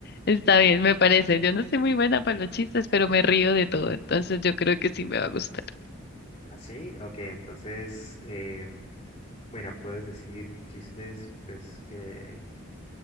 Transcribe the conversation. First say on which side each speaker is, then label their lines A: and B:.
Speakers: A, on the left; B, on the left.
A: Está bien, me parece. Yo no soy muy buena para los chistes, pero me río de todo, entonces yo creo que sí me va a gustar.
B: ¿Así? Ok, entonces, eh, bueno, puedes decir chistes, pues que